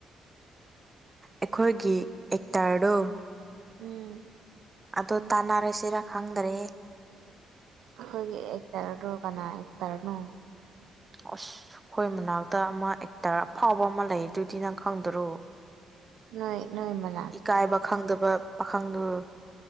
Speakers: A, on the right; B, on the right.
A: ꯑꯩꯈꯣꯏꯒꯤ ꯑꯦꯛꯇꯔꯗꯣ
B: ꯎꯝ
A: ꯑꯗꯨ ꯇꯥꯟꯅꯔꯁꯤꯔ ꯈꯪꯗ꯭ꯔꯦ
B: ꯑꯩꯈꯣꯏꯒꯤ ꯑꯦꯛꯇꯔꯗꯣ ꯀꯅꯥ ꯑꯦꯛꯇꯔꯅꯣ
A: ꯑꯁ ꯑꯩꯈꯣꯏ ꯃꯅꯥꯛꯇ ꯑꯃꯥ ꯑꯦꯛꯇꯔ ꯑꯐꯥꯎꯕ ꯑꯃꯥ ꯂꯩ ꯑꯗꯨꯗꯤ ꯅꯪ ꯈꯪꯗꯔꯣ
B: ꯅꯣꯏ ꯅꯣꯏ ꯃꯥꯅ
A: ꯏꯀꯥꯏꯕ ꯈꯪꯗꯕ ꯄꯥꯈꯪꯗꯨ